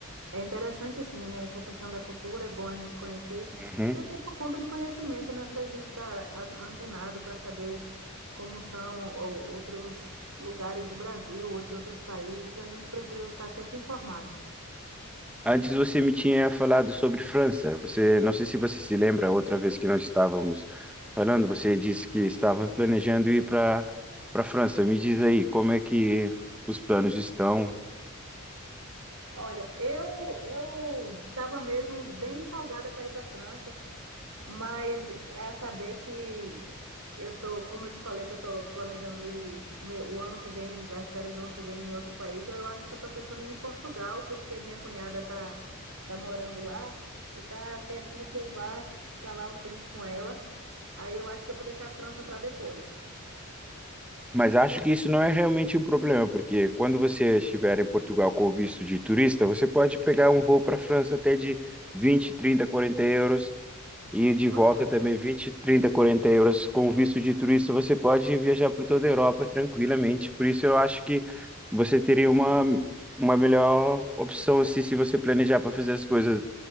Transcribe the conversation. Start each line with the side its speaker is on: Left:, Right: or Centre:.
Right: é interessante sim, essa questão da cultura, é bom a gente conhecer,
Centre: Uhum.
Right: e até por conta de conhecimento, né, da gente estar antenado para saber como são o- outros lugares do Brasil ou de outros países, a gente precisa estar sempre informado.
Centre: Antes você me tinha falado sobre França. Você, não sei se você se lembra, outra vez que nós estávamos falando, você disse que estava planejando ir para para França. Me diz aí, como é que os planos estão?
Right: Olha, eu eu estava mesmo bem empolgada para ir para a França, mas é, acabei que eu tô, como eu te falei, que eu tô planejando ir o me- o ano que vem, das férias do ano que vem em outro país. Eu acho que eu tô pensando em ir em Portugal, porque minha cunhada tá tá morando lá e tá querendo que eu vá ficar lá um tempo com ela. Aí eu acho que eu vou deixar a França para depois.
Centre: Mas acho que isso não é realmente um problema, porque quando você estiver em Portugal com o visto de turista, você pode pegar um voo para a França até de 20, 30, 40 euros e de
Right: Olha
Centre: volta também
Right: só,
Centre: 20, 30, 40 euros com o visto de turista, você pode viajar por toda a Europa tranquilamente. Por isso eu acho que você teria uma uma melhor opção assim, se você planejar para fazer as coisas,